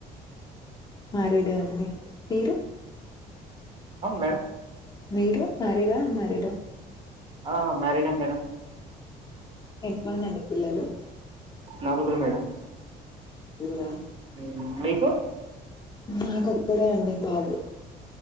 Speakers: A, on the left (about 25°); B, on the right (about 30°).
A: మ్యారీడ్ ఎహ్ అండి మీరు
B: మేడం
A: మీరు మారిడా అన్మారిడా
B: ఆ మ్యారిడే మేడం
A: ఎంతమందండి పిల్లలు
B: నలుగురు మేడం
A: ఇయిరా
B: మ్ మీకు
A: నాకొక్కడే అండి బాబు